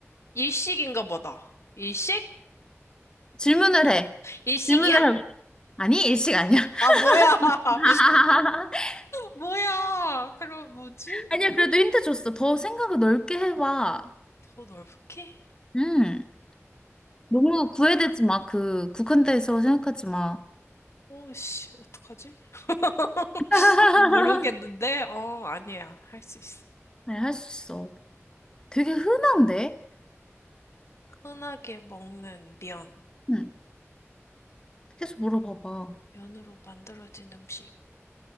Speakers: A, on the left (about 65°); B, on the left (about 15°).
A: 일식인가 보다. 일식?
B: 질문을 해.
A: 일식이야?
B: 질문을 해. 아니, 일식 아니야.
A: 아, 뭐야.
B: <laughs>
A: <laughs> 뭐야. 그럼 뭐지?
B: 아니야, 그래도 힌트 줬어. 더 생각을 넓게 해봐.
A: 더 넓게?
B: 음. 너무 구애되지 마. 그, 국한돼서 생각하지 마.
A: 오, 씨, 어떡하지? <laughs>
B: <laughs>
A: 모르겠는데? 어, 아니야. 할 수 있어.
B: 네, 할 수 있어. 되게 흔한데?
A: 흔하게 먹는 면.
B: 응. 계속 물어봐봐.
A: 면으로 만들어진 음식.